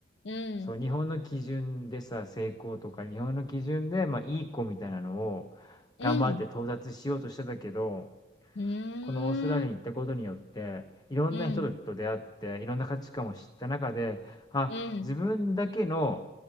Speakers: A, on the left; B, on the left.
A: うん、うん、
B: そう、日本の基準でさ、成功とか、日本の基準で、まあ、いい子みたいなのを、頑張って到達しようとしてたけど、
A: うん、うん、うん、
B: このオーストラリアに行ったことによって、いろんな人と出会って、
A: うん、
B: いろんな価値観を知った中で、あ、
A: うん、
B: 自分だけの